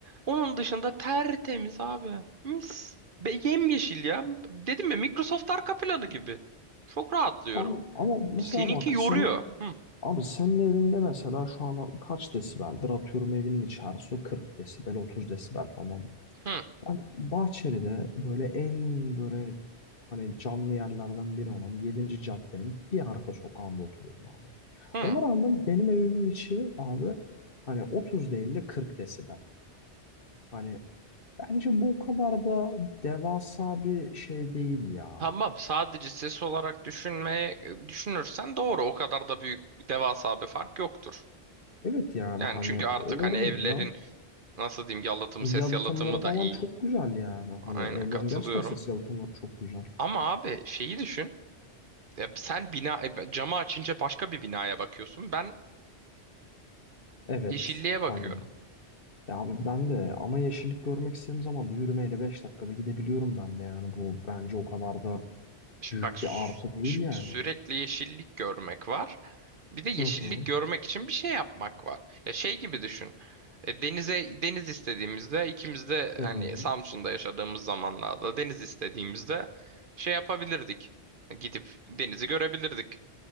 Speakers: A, on the right; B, on the left.
A: Onun dışında tertemiz abi. Mis. Be yemyeşil ya. Dedim ya Microsoft arka planı gibi. Çok rahatlıyorum.
B: Abi, ama mesela
A: Seninki
B: bak
A: yoruyor.
B: sen
A: Hı,
B: abi senin evinde mesela şu an kaç desibeldir? Atıyorum evinin içerisi 40 desibel, 30 desibel tamam. mı?
A: hı,
B: Ben Bahçeli'de böyle en böyle hani canlı yerlerden biri olan yedinci caddenin bir arka sokağında oturuyorum abi.
A: hı.
B: Ona rağmen benim evimin içi abi hani 30 değil de 40 desibel. Hani bence bu o kadar da devasa bir şey değil ya.
A: Tamam sadece ses olarak düşünmeye e, düşünürsen doğru o kadar da büyük devasa bir fark yoktur.
B: Evet yani
A: Yani
B: hani
A: çünkü artık
B: öyle
A: hani
B: olunca
A: evlerin Nasıl diyeyim yalıtımı
B: Yalıtımları
A: ses yalıtımı
B: falan
A: da iyi.
B: çok güzel yani. Hani
A: Aynen
B: evlerin
A: katılıyorum.
B: gerçekten ses yalıtımları çok güzel.
A: Ama abi şeyi düşün. Ya sen bina e, camı açınca başka bir binaya bakıyorsun. Ben
B: Evet.
A: yeşilliğe bakıyorum.
B: Hani ya abi ben de ama yeşillik görmek istediğim zaman da yürümeyle 5 dakikada gidebiliyorum ben de yani. Bu bence o kadar da
A: Şimdi
B: büyük
A: bak sü-
B: bir artı değil
A: şimdi
B: yani.
A: sürekli yeşillik görmek var. Bir de yeşillik
B: Hı hı.
A: görmek için bir şey yapmak var. Ya şey gibi düşün. E, denize deniz istediğimizde ikimiz de
B: Hı
A: hani
B: hı.
A: Samsun'da yaşadığımız zamanlarda deniz istediğimizde şey yapabilirdik. Gidip denizi görebilirdik.